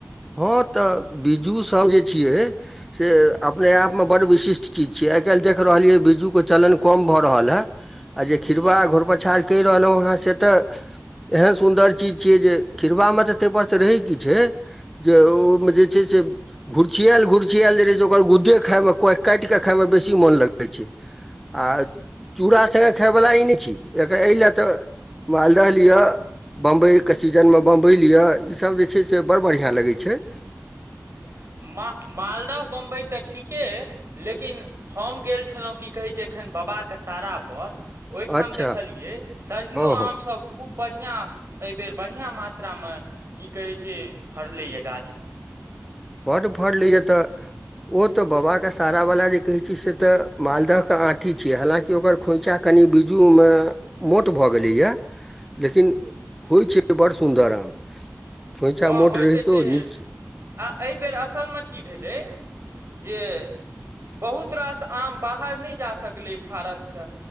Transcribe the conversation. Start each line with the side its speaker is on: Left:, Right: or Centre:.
Centre: हँ तऽ बिज्जू सभ जे छियै से अपने आपमे बड़ विशिष्ट चीज छियै आहि आइ काल् देख रहलियै बिजू के चलन कम भऽ रहल हे आ जे खिरवा घोर पाछार कइह रहल है से तऽ एहन सुन्दर चीज छियै जे खिरवा तऽ ताहि त रहै क छै जे ओ में जे छै से घुुरछियाल घुुरछिियल जे रहे छै ओकर गुद्दे खाय मे काट के खाय मे बेसी मोन लगै छै आ चूड़ा सङ्गे खायवला ई नहि छी एक एहि लेल तऽ मालदह लिअ बम्बई के सीजन मे बम्बई लिअ ईसभ जे छै से बड़ बढ़िया लगै छै छै
Right: माल मालदह बम्बइ तऽ ठीके लेकिन हम गेल छलहुँ की कहैत छै एखन बाबा के सारापर ओहिठाम
Centre: अच्छा
Right: देखलियै सरियो
Centre: हँ
Right: आमसब
Centre: हँ
Right: खूब बढ़ियां एहिबेर बढ़ियां मात्रामे की कहैत छै फड़लैए गाछमे
Centre: बट फर लै या तऽ ओ तऽ बाबाके सारा वला जे कहैत छै से तऽ मालदहके आँठी छियै हालाँकि ओकर खोइछा कनि कनि बीजू मे मोट भऽ गेलैया लेकिन होइ छै बड़ सुन्दर आम खोँइछा
Right: ओ
Centre: मोट
Right: होइते
Centre: रहितो
Right: छेहे
Centre: नीक
Right: आ एहि बेर असल मे की भेलै जे बहुत रास आम बाहर नहि जा सकलै भारत से